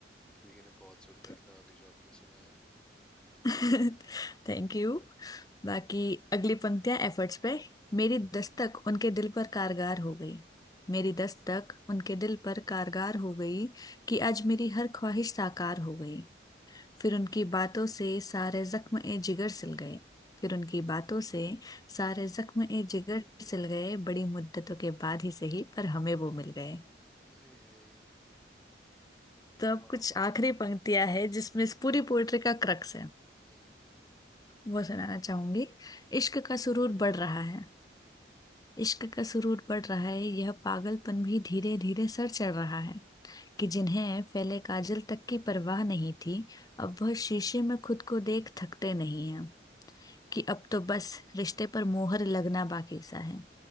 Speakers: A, in the centre; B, on the left.
A: लेकिन ये बहुत सुंदर
B: तो
A: था अभी जो आपने सुनाया
B: <laughs>
A: हम्म
B: थैंक यू
A: हम्म
B: बाकी अगली पंक्तियां एफर्ट्स पे
A: हम्म
B: मेरी दस्तक उनके दिल पर कारगर हो गई
A: हम्म
B: मेरी दस्तक उनके दिल पर कारगर हो गई कि आज मेरी हर ख्वाहिश साकार हो गई
A: हम्म
B: फिर उनकी बातों से सारे जख्म ए जिगर सिल गए
A: हम्म,
B: फिर उनकी बातों से सारे जख्म ए जिगर सिल गए बड़ी मुद्दतों के बाद ही सही पर हमें वो मिल गए
A: ऐ है
B: तो अब
A: वाह
B: कुछ
A: वाह
B: आखिरी पंक्तियां है जिसमें
A: हम्म
B: इस पूरी पोएट्री का क्रक्स है
A: हम्म हम्म
B: वो सुनाना चाहूंगी इश्क का सुरूर बढ़ रहा है
A: हम्म,
B: इश्क का सुरूर बढ़ रहा है यह पागलपन भी धीरे धीरे सर चढ़ रहा है
A: हम्म।
B: कि जिन्हें फैले काजल तक की परवाह नहीं थी अब वह शीशे में खुद को देख थकते नहीं हैं कि अब तो बस रिश्ते पर मोहर लगना बाकी सा है